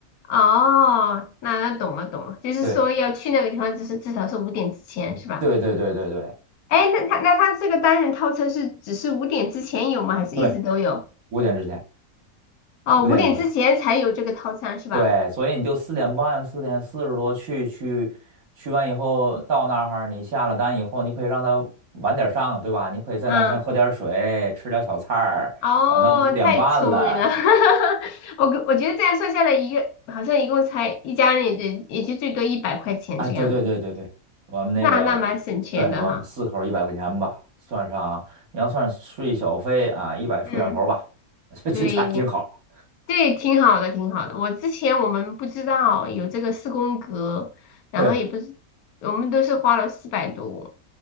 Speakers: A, on the left; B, on the right.
A: 哦，那那懂了懂了，就是说要去那个地方，
B: 对
A: 就是至少是五点之前是吧？
B: 对对对对对
A: 哎，那他那他这个单人套餐是只是五点之前有吗？还是一直都有？
B: 对，五点之前，
A: 哦，
B: 五点之前，
A: 五点之前才有这个套餐是吧？
B: 对，所以你就四点半、四点四十多去去去完以后，到那儿你下了单以后，你可以让他晚点上，对吧？你可以在那儿先喝点水，
A: 嗯。
B: 吃点小菜儿，
A: 哦，
B: 然后到你五点半了，
A: 太聪明了，<laughs> 我我觉得这样算下来一个好像一共才一家人也就也就最多一百块钱这样子，
B: 哎，对对对对对，我们那个，
A: 那那蛮省钱的哈。
B: 对，我们四口一百块钱吧，算上你要算税小费啊，一百出点头儿吧，
A: 嗯，
B: <laughs> 这这这还挺好。
A: 对，对，挺好的，挺好的。我之前我们不知道有这个四宫格，然后也不是，
B: 对，
A: 我们都是花了四百多，